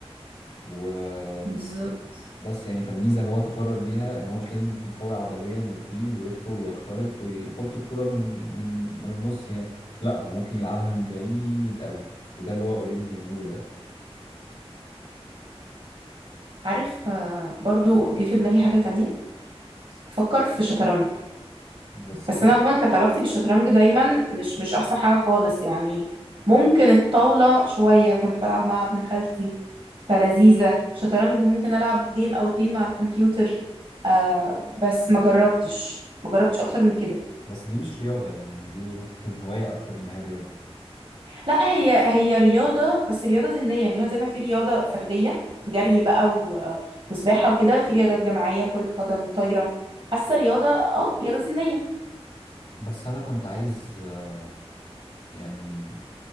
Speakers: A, on the left; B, on the right.
A: و
B: بالظبط
A: بس يعني فالميزة اللي هو تفرد بيها ان هو مش لازم يكون قوي عضليا وطويل ويدخل ويخترق ويحط الكرة من من من النص يعني لا هو ممكن يلعبها من بعيد قوي وده اللي هو اوريدي بيعمله دلوقتي
B: عارف آه، برضو جه في دماغي حاجة تانية فكر في شطرنج
A: بس
B: بس
A: دي
B: انا
A: مش
B: عموما كانت علاقتي بالشطرنج دايما مش مش احسن حاجه خالص يعني ممكن الطاوله شويه كنت بلعب مع ابن خالتي فلذيذه شطرنج ممكن العب جيم او اتنين مع الكمبيوتر آه بس ما جربتش ما جربتش اكتر من كده
A: بس دي مش رياضة يعني دي ممكن تكون هواية أكتر ما هي رياضة
B: لا هي هي رياضه بس رياضه ذهنيه يعني هو زي ما في رياضه فرديه جري بقى و- وسباحه وكده في رياضات جماعيه كره قدم طايره حاسه رياضه اه رياضه ذهنيه
A: بس أنا كنت عايز آه، يعني